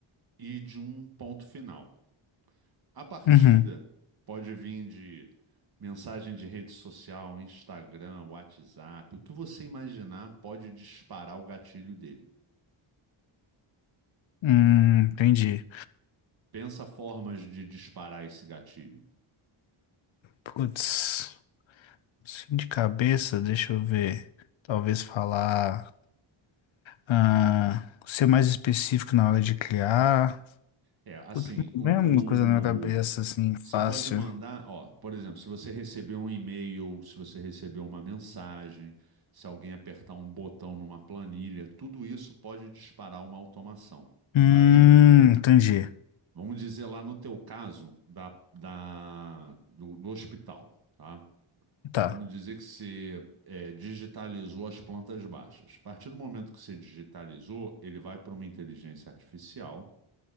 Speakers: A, on the right; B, on the left.
A: e de um ponto final. A partida
B: Uhum.
A: pode vir de mensagem de rede social, Instagram, WhatsApp, o que você imaginar pode disparar o gatilho dele.
B: Hum, entendi.
A: Pensa formas de disparar esse gatilho.
B: Putz, assim de cabeça, deixa eu ver. Talvez falar. ah, ser mais específico na hora de criar.
A: É, assim,
B: Putz, não
A: o,
B: vem alguma coisa na minha cabeça
A: o-
B: assim, fácil.
A: você pode mandar, ó, por exemplo, se você receber um e-mail, se você receber uma mensagem, se alguém apertar um botão numa planilha, tudo isso pode disparar uma automação.
B: Hum,
A: Aí,
B: entendi.
A: vamos dizer lá no teu caso da, da- do, do hospital, tá?
B: Tá.
A: Vamos dizer que você é, digitalizou as plantas baixas. A partir do momento que você digitalizou, ele vai para uma inteligência artificial